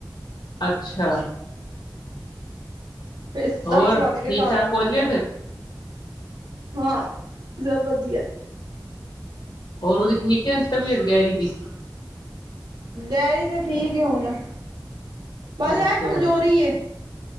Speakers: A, on the left; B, on the right.
A: ਅੱਛਾ।
B: ਤੇ
A: ਹੋਰ
B: ਦਾੱਸ ਵਾੱਜਗੇ
A: ਠੀਕ
B: ਘਾਰ
A: ਠਾਕ
B: ਆਂਦੇ-ਆਂਦੇ
A: ਪਹੁੰਚ ਗਏ ਫਿਰ
B: ਹਾਂ, ਜਬ ਵਦੀਆ।
A: ਹੋਰ, ਉਦੀ ਠੀਕ ਏ ਤਬੀਅਤ, ਗੈਰੀ ਦੀ?
B: ਗੈਰੀ ਤੇ ਠੀਕ ਏ ਹੁਨ, ਬਾੱਸ
A: ਅੱਛਾ
B: ਐ ਕਮਜੋਰੀ ਏ।